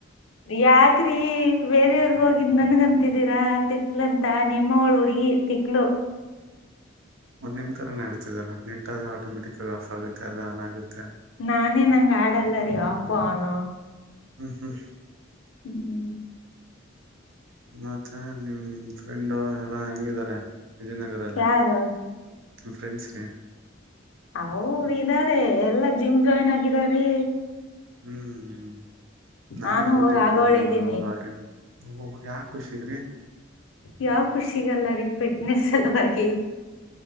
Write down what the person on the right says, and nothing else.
ಒಂದ್ ನಿಮ್ ತರ ಆಡ್ತಿದೆ ಅಲ್ಲಾ ನಿಟ್ಟಾದೆ ಆಟೋಮೆಟಿಕ್ ಆಫ್ ಆಗುತ್ತೆ ಅದ ಆನ್ ಆಗುತ್ತೆ.
ಹ್ಮ್ ಹ್ಮ
ಮತ್ತೆ ನಿಮ್ ಫ್ರೆಂಡು ಎಲ್ಲ ಹೆಂಗಿದಿದ್ದಾರೆ ವಿಜಯನಗರ ಅಲ್ಲ
ಫ್ರೆಂಡ್ಸ್ ರ
ಹ್ಮ್ - ಹ್ಮ್ ನಾನೇ
ಕೊಟ್ಟಿದ್ದೆ
ಹಾಗ ಓ ಯಾ ಖುಷಿಗ್ರಿ